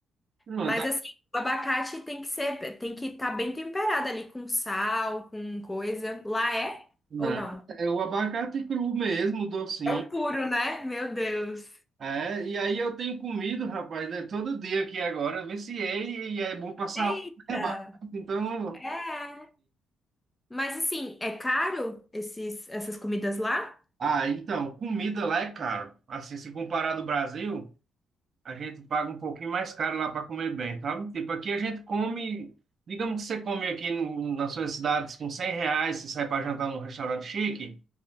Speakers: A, on the right (about 50°); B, on the left (about 15°).
A: Não,
B: Mas
A: tá
B: assim, o abacate tem que ser, tem que estar bem temperado ali com sal, com coisa. Lá é
A: nada.
B: ou não?
A: É o abacate cru mesmo, docinho.
B: É o puro, né? Meu Deus.
A: É, e aí eu tenho comido, rapaz, né, todo dia aqui agora, eu viciei e é bom pra saúde,
B: Eita!
A: né, abacate? Então, eu não-
B: É. Mas assim, é caro esses, essas comidas lá?
A: Ah, então, comida lá é caro. Assim, se comparar do Brasil, A gente paga um pouquinho mais caro lá para comer bem, sabe? Tipo, aqui a gente come, digamos que você come aqui no- nas suas cidades com 100 reais, você sai para jantar num restaurante chique,